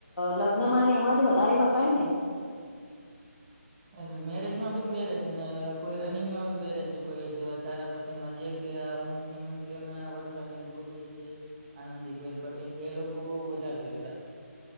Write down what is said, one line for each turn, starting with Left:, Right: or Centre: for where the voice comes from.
Left: લગ્નમાં એમાં જ વધારે વપરાય ને.
Right: એટલે મેરેજ માં બી પહેરે છે ને કોઈ રનિંગ માં ભી પહેરે છે કોઈ એવા સારા પ્ર મા જે કે આ મુખ્યમંત્રી હમણાં વર્ષાબેન દોસી છે. આનંદીબેન પટેલ છે એ લોકો બહુ વધારે પેરતા.